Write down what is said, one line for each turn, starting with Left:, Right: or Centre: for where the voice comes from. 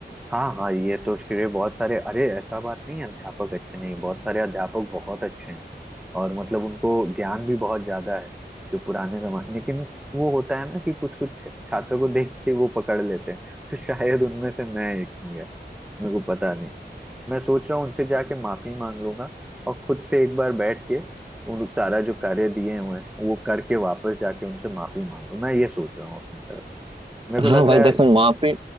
Centre: हाँ हाँ ये तो श्रेय बहुत सारे अरे ऐसा बात नहीं है अध्यापक अच्छे नहीं बहुत सारे अध्यापक बहुत अच्छे हैं और मतलब उनको ज्ञान भी बहुत ज्यादा है जो पुराने जमाने लेकिन वो होता है ना कि कुछ कुछ छात्रों को देख के वो पकड़ लेते हैं तो शायद उनमें से मैं एक हूँ यार मेरे को पता नहीं मैं सोच रहा हूँ उनसे जाके माफी मांग लूंगा और खुद से एक बार बैठ के उन सारा जो कार्य दिए हुए हैं वो करके वापस जाके उनसे माफी मांग लूं मैं ये सोच रहा हूँ अपनी तरफ से मेरे को
Right: हाँ
Centre: लग
Right: भाई
Centre: रहा
Right: देखो
Centre: है
Right: माफी